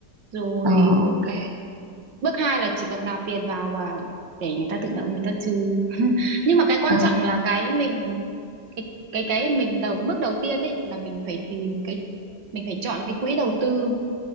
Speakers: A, on the right; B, on the right.
A: rồi
B: Ờ, ok.
A: bước hai là chỉ cần nạp tiền vào và để người ta tự động người ta trừ <laughs> nhưng mà cái quan
B: Ờ,
A: trọng là cái mình cái cái cái mình đầu bước đầu tiên ấy là mình phải tìm cái mình phải chọn cái quỹ đầu tư